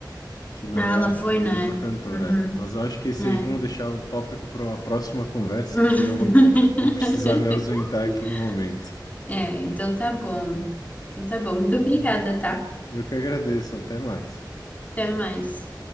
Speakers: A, on the left (about 60°); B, on the left (about 20°).
A: que não
B: Ah,
A: é
B: ela foi,
A: a
B: né?
A: mesma cantora.
B: Uhum.
A: é. Mas eu acho que esse
B: Né?
A: aí vamos deixar um tópico para uma próxima conversa,
B: <laughs>
A: que eu vou, vou precisar me ausentar aqui no momento.
B: É, então tá bom. Então tá bom. Muito obrigada,
A: Então,
B: tá?
A: Eu que agradeço, até mais.
B: Até mais.